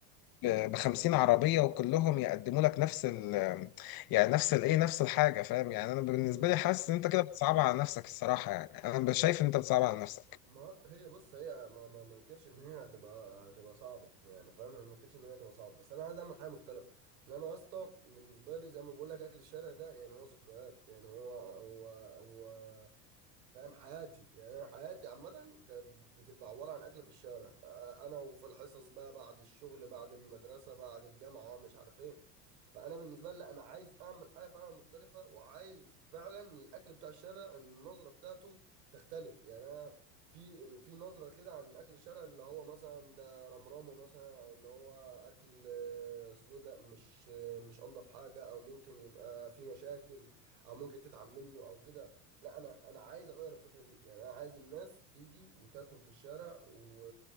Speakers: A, on the left; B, on the right.
A: ب 50 عربية وكلهم يقدموا لك نفس ال يعني نفس الإيه نفس الحاجة فاهم يعني أنا بالنسبة
B: امم
A: لي حاسس إن أنت كده بتصعبها على نفسك الصراحة يعني أنا شايف إن أنت بتصعبها على نفسك
B: ما هي بص هي ما ما ما انكرش ان هي هتبقى هتبقى صعبه يعني فاهم أنا ما انكرش ان هي هتبقى صعبه بس انا عايز اعمل حاجه مختلفه لان انا يا اسطى بالنسبه لي زي ما بقول لك اكل الشارع ده يعني هو ذكريات يعني هو هو هو فاهم حياتي يعني انا حياتي عامه كانت بتبقى عباره عن اكل في الشارع آه، انا وفي الحصص بقى بعد الشغل بعد المدرسه بعد الجامعه مش عارف ايه فانا بالنسبه لي لا انا عايز اعمل حاجه فعلا مختلفه وعايز فعلا الاكل بتاع الشارع النظره بتاعته تختلف يعني انا في في نظره كده عن اكل الشارع اللي هو مثلا ده رمرامه مثلا او اللي هو اكل آه، سودا مش آه، مش انضف حاجه او ممكن يبقى في مشاكل او ممكن تتعب منه او كده لا انا انا عايز اغير الفكره دي يعني انا عايز الناس تيجي وتاكل في الشارع و...